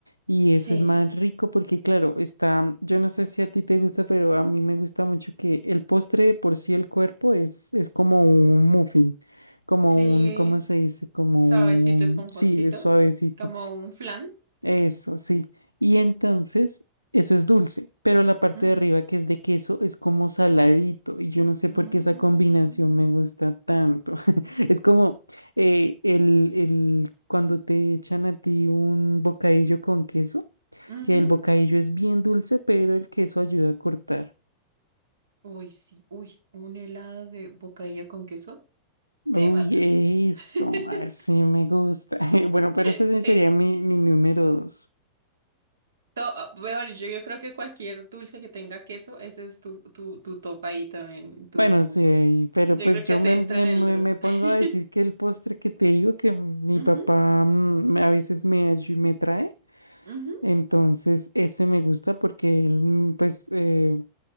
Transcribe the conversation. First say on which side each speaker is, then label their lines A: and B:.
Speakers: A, on the right (about 85°); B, on the right (about 70°).
A: Y
B: sí,
A: ese es más rico porque, claro, está, yo no sé si a ti te gusta, pero a mí me gusta mucho que el postre de por sí, el cuerpo es, es como un muffin. Como
B: sí,
A: un, ¿cómo se dice? Como
B: suavecito,
A: un,
B: esponjosito,
A: sí, es suavecito.
B: como un flan.
A: Eso, sí. Y entonces, eso es dulce, pero la parte
B: Ujú,
A: de arriba que es de queso es como saladito. Y yo no sé
B: mm,
A: por qué esa combinación me gusta tanto. <laughs> Es como eh, el, el, cuando te echan a ti un bocadillo con queso,
B: ujú.
A: que el bocadillo es bien dulce, pero el queso ayuda a cortar.
B: Uy, sí, uy, un helado de bocadillo con queso
A: Uy,
B: te mata.
A: eso,
B: <laughs>
A: así me gusta. <laughs> Bueno, pero ese
B: Sí.
A: sí sería mi, mi número dos.
B: To- mejor, yo, yo creo que cualquier dulce que tenga queso, ese es tu, tu, tu top ahí también. Tu...
A: Bueno, sí, ahí, pero
B: Yo
A: pues
B: creo
A: yo
B: que te
A: me,
B: entra
A: me,
B: en el
A: me,
B: dos.
A: me pongo
B: <laughs>
A: a decir que el postre que te digo que mi
B: Ujú,
A: papá mm, a veces me, ayu- me trae,
B: ujú.
A: entonces ese me gusta porque él, mm, pues, eh,